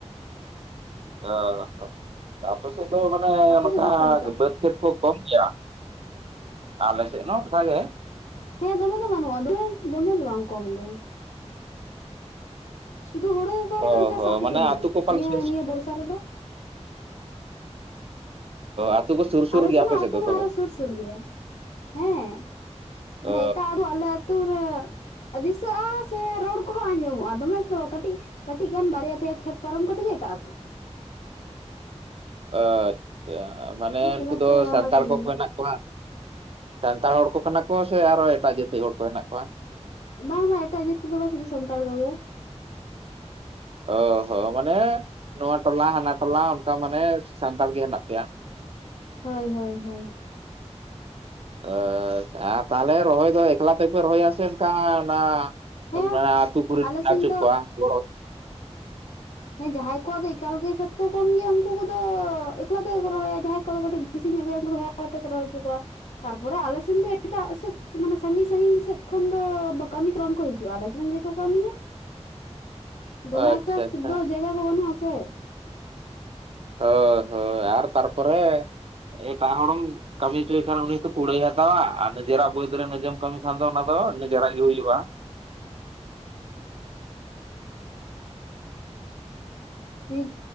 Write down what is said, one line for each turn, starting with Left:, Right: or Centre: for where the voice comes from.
Right: ᱚ ᱦᱚ ᱟᱯᱮ ᱥᱮᱫ ᱫᱚ ᱢᱟᱱᱮ
Left: ᱟᱯᱮ
Right: ᱚᱱᱠᱟ
Left: ᱥᱮᱫ ᱫᱚ ᱚᱠᱟ ᱞᱮᱠᱟ
Right: ᱵᱟᱹᱫᱽ ᱪᱮᱛ ᱠᱚ ᱠᱚᱢ ᱜᱮᱭᱟ? ᱟᱞᱮ ᱥᱮᱫ ᱢᱟ ᱚᱱᱠᱟ ᱜᱮ ᱾
Left: ᱦᱮᱸ ᱫᱚᱢᱮ ᱫᱚ ᱵᱟᱹᱱᱩᱜᱼᱟ, ᱫᱚᱢᱮ ᱫᱚᱢᱮ ᱫᱚ ᱵᱟᱝ ᱠᱚᱢ ᱜᱮ ᱾ ᱥᱩᱫᱷᱩ ᱦᱩᱲᱩ ᱜᱮᱠᱚ ᱨᱚᱦᱚᱭ
Right: ᱚ
Left: ᱪᱟᱥᱟ
Right: ᱦᱚᱸ
Left: ᱟᱯᱮᱥᱮᱱ
Right: ᱢᱟᱱᱮ
Left: ᱫᱚ,
Right: ᱟᱛᱳ ᱠᱚ ᱯᱟᱞᱮ
Left: ᱱᱤᱭᱟᱹ
Right: ᱥᱩᱨ
Left: ᱱᱤᱭᱟᱹ ᱵᱚᱨᱥᱟ ᱨᱮᱫᱚ?
Right: ᱟᱛᱳ ᱠᱚ ᱥᱩᱨ ᱥᱩᱨ
Left: ᱟᱞᱮ
Right: ᱜᱮᱭᱟ
Left: ᱥᱮᱱᱟᱜ
Right: ᱟᱯᱮ ᱥᱮᱫ
Left: ᱟᱹᱛᱩ
Right: ᱫᱚ
Left: ᱢᱟ
Right: ᱛᱚᱵᱮ
Left: ᱟᱨᱚ ᱥᱩᱨ ᱥᱩᱨ ᱜᱮᱭᱟ ᱦᱮᱸ ᱾ ᱢᱟᱱᱮ
Right: ᱚ
Left: ᱮᱴᱟᱜ ᱟᱨᱦᱚ ᱟᱞᱮ ᱟᱛᱩ ᱨᱮ ᱫᱤᱥᱟᱹᱜᱼᱟ ᱥᱮ ᱨᱚᱲ ᱠᱚᱦᱚᱸ ᱟᱸᱡᱚᱢᱚᱜᱼᱟ ᱫᱚᱢᱮ ᱫᱚ ᱠᱟᱹᱴᱤᱡ ᱠᱟᱹᱴᱤᱡ ᱜᱟᱱ ᱵᱟᱨᱭᱟ ᱯᱮᱭᱟ ᱠᱷᱮᱛ ᱯᱟᱨᱚᱢ ᱠᱟᱛᱮᱜ ᱜᱮ ᱮᱴᱟᱜ ᱟᱹᱛᱩ ᱾
Right: ᱟᱪᱪᱷᱟ ᱢᱟᱱᱮ
Left: ᱫᱚᱢᱮ
Right: ᱩᱱᱠᱩ
Left: ᱮᱠᱴᱟ
Right: ᱫᱚ
Left: ᱵᱟᱝᱞᱮ
Right: ᱥᱟᱱᱛᱟᱲ
Left: ᱥᱟᱺᱜᱤᱧᱟ
Right: ᱠᱚᱠᱚ ᱦᱮᱱᱟᱜ ᱠᱚᱣᱟ ᱥᱟᱱᱛᱟᱲ ᱦᱚᱲ ᱠᱚ ᱠᱟᱱᱟ ᱠᱚ ᱥᱮ ᱟᱨᱚ ᱮᱴᱟᱜ ᱡᱟᱹᱛᱤ ᱦᱚᱲ ᱠᱚ ᱦᱮᱱᱟᱜ ᱠᱚᱣᱟ?
Left: ᱵᱟᱝ ᱟ ᱮᱴᱟᱜ ᱡᱟᱹᱛ ᱠᱚᱫᱚ ᱵᱟᱝ ᱥᱩᱫᱷᱩ ᱥᱟᱱᱛᱟᱲ ᱠᱚᱜᱮ᱾
Right: ᱚ ᱦᱚᱸ ᱢᱟᱱᱮ ᱱᱚᱣᱟ ᱴᱚᱞᱟ ᱦᱟᱱᱟ ᱴᱚᱞᱟ ᱚᱱᱠᱟ ᱢᱟᱱᱮ ᱥᱟᱱᱛᱟᱲ ᱜᱮ ᱦᱮᱱᱟᱜ ᱯᱮᱭᱟ ᱾
Left: ᱦᱳᱭ ᱦᱳᱭ ᱦᱳᱭ ᱾
Right: ᱚ ᱟᱪᱪᱷᱟ ᱟᱨ ᱛᱟᱦᱚᱞᱮ ᱨᱚᱦᱚᱭ ᱫᱚ ᱮᱠᱞᱟ ᱛᱮᱯᱮ ᱨᱚᱦᱚᱭᱟ ᱥᱮ ᱚᱱᱠᱟ ᱚᱱᱟ
Left: ᱦᱮᱸ
Right: ᱚᱱᱟ ᱟᱹᱛᱩ ᱠᱚᱨᱤᱱ
Left: ᱟᱞᱮ
Right: ᱵᱟᱪᱩᱜ
Left: ᱥᱮᱱ ᱫᱚ
Right: ᱠᱚᱣᱟ ᱜᱚᱲᱚ
Left: ᱦᱮᱸ ᱡᱟᱦᱟᱸᱭ ᱠᱚᱣᱟᱜ ᱫᱚ ᱮᱠᱟᱞ ᱜᱮ ᱠᱷᱮᱛ ᱠᱚ ᱠᱚᱢ ᱜᱮᱭᱟ, ᱩᱱᱠᱩ ᱠᱚᱫᱚ ᱮᱠᱞᱟ ᱛᱮ ᱠᱚ ᱨᱚᱦᱚᱭᱟ ᱡᱟᱦᱟᱸᱭ ᱠᱚᱫᱚ ᱠᱟᱹᱴᱤᱡ ᱵᱤᱥᱤ ᱧᱚᱜ ᱜᱮᱭᱟ ᱩᱱᱠᱩ ᱫᱚ ᱦᱚᱲ ᱟᱛᱮ ᱠᱚ ᱨᱚᱦᱚᱭ ᱦᱚᱪᱚ ᱠᱚᱣᱟ ᱛᱟᱨᱯᱚᱨᱮ ᱟᱞᱮᱥᱮᱱ ᱫᱚ ᱮᱴᱟᱜ ᱥᱮᱫ ᱢᱟᱱᱮ ᱥᱟᱺᱜᱤᱧ ᱥᱟᱺᱜᱤᱧ ᱥᱮᱫ ᱠᱷᱚᱱ ᱫᱚ ᱠᱟᱹᱢᱤ ᱠᱚ ᱵᱟᱝ ᱠᱚ ᱦᱤᱡᱩᱜᱼᱟ, ᱟᱞᱮ ᱥᱮᱱ ᱜᱮᱠᱚ ᱠᱟᱹᱢᱤᱭᱟ ᱫᱚᱢᱮ
Right: ᱟᱪᱪᱷᱟ
Left: ᱮᱠᱴᱟ
Right: ᱟᱪᱪᱷᱟ
Left: ᱫᱚ ᱡᱟᱭᱜᱟ ᱜᱮ ᱵᱟᱹᱱᱩᱜᱼᱟ ᱥᱮ?
Right: ᱦᱳ ᱦᱳᱭ ᱟᱨ ᱛᱟᱨᱯᱚᱨᱮ ᱮᱴᱟᱜ ᱦᱚᱲ ᱦᱚᱸ ᱠᱟᱹᱢᱤ ᱦᱚᱪᱚᱭ ᱠᱷᱟᱱ ᱩᱱᱤ ᱦᱚᱸᱛᱚ ᱠᱩᱲᱟᱹᱭ ᱮ ᱦᱟᱛᱟᱣᱟ, ᱟᱨ ᱱᱤᱡᱮᱨᱟᱜ ᱵᱟᱹᱫᱽ ᱨᱮ ᱱᱤᱡᱮᱢ ᱠᱟᱹᱢᱤ ᱠᱷᱟᱱ ᱫᱚ ᱚᱱᱟ ᱫᱚ ᱱᱤᱡᱮᱨᱟᱜ ᱜᱮ ᱦᱩᱭᱩᱜᱼᱟ᱾
Left: ᱢᱤᱫ